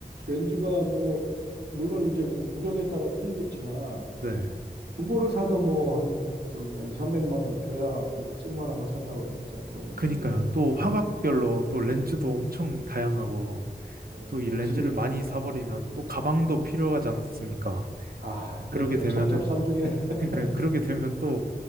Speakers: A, on the right (about 90°); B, on the right (about 65°).
A: 렌즈가 뭐, 물론 이제 그 구경에 따라 틀리겠지만,
B: 네.
A: 중고를 사도 뭐 한, 저기 한 2, 300만 원 줘야 그래도 쓸만한 거 산다고 그러고 제가 들었는데,
B: 그니까요. 또 화각별로
A: 예,
B: 또 렌즈도 엄청 다양하고
A: 예,
B: 또 이 렌즈를
A: 역시,
B: 많이 사버리면 또 가방도
A: 예.
B: 필요하지 않습니까?
A: 아, 이게
B: 그러게
A: 또
B: 되면은
A: 첩첩산중이네. <laughs>
B: 그러니까 그러게 되면 또